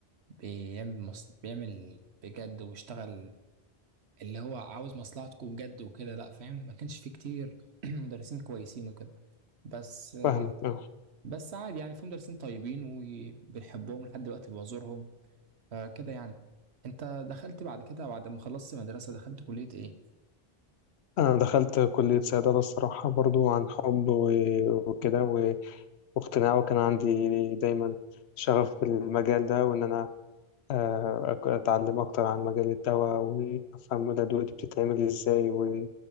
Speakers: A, on the right (about 85°); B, on the left (about 85°).
A: بيعمل مص... بيعمل بجد واشتغل اللي هو عاوز مصلحتكم بجد وكده لا فاهم ما كانش فيه كتير <clears throat> مدرسين كويسين وكده بس
B: فاهمك اه
A: بس عادي يعني في مدرسين طيبين وبنحبهم لحد دلوقتي بزورهم فكده يعني انت دخلت بعد كده بعد ما خلصت مدرسة دخلت كلية ايه؟
B: انا دخلت كلية صيدلة الصراحة برضو عن حب و- وكده و- واقتناع وكان عندي دايما شغف بالمجال ده وان انا آه، أك- أتعلم أكتر عن مجال الدواء وأفهم الأدوية دي بتتعمل إزاي و-